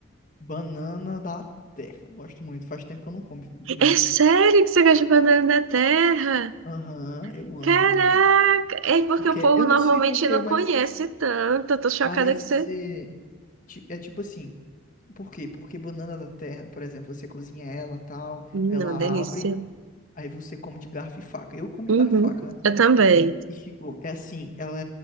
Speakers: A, on the left; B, on the right.
A: Banana da terra. Gosto muito. Faz tempo que eu não como, infelizmente.
B: É sério que você gosta de banana da terra?
A: Aham, eu amo,
B: Caraca!
A: eu amo.
B: É porque
A: Porque,
B: o povo
A: eu
B: normalmente
A: não sei por quê,
B: não
A: mas
B: conhece tanto. Eu tô chocada
A: parece
B: que você.
A: ser. ti- É tipo assim. Por quê? Porque banana da terra, por exemplo, você cozinha ela tal,
B: Hum,
A: ela
B: é uma delícia.
A: abre, aí você come de garfo e faca. Eu como
B: Uhum.
A: de garfo e faca, né?
B: Eu também.
A: E tipo, é assim, ela